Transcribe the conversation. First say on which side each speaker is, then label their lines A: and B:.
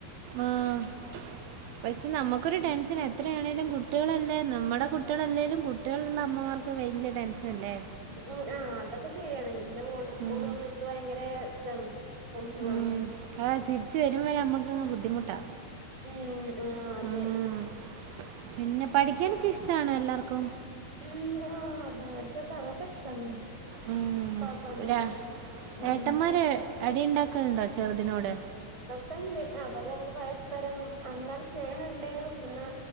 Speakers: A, on the right; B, on the right.
A: ആഹ് പക്ഷെ നമ്മുക്കൊരു ടെൻഷനാ എത്രാണേലും കുട്ടികളല്ലേ നമ്മുടെ കുട്ടികളല്ലേലും കുട്ടികളുള്ള അമ്മമാർക്ക് വല്ല്യ ടെൻഷൻ അല്ലേ
B: ഉം ആഹ് അതൊക്കെ ശരിയാണ് ഇന്റെ മോള് സ്കൂൾ
A: ഉം
B: പോകുമ്പ ഇക്ക് ഭയങ്കര ഇതാണ് ടെൻഷനാണ്
A: ഉം അവാ തിരിച്ച് വരുവരെ നമ്മുക്കങ്ങ് ബുദ്ധിമുട്ടാ
B: ഉം ആഹ് അതെ
A: ഉം പിന്നെ പഠിക്കാനൊക്കെ ഇഷ്ടാണോ എല്ലാർക്കും
B: ഉം ആഹ് ബർക്കൊക്കെ അതൊക്കെ ഇഷ്ടാണ്
A: ആഹ് ഉം
B: കൊഴപ്പൊന്നുല്ല
A: ഒരാ
B: ഉം
A: ഏട്ടന്മാര് അടി ഇണ്ടാക്കൽ ണ്ടോ ചെറുതിനോട്
B: അഹ് ഇണ്ട് അവര് തമ്മില് പരസ്പരം എന്നാല് സ്നേഹം ഇണ്ടേനും ന്നാ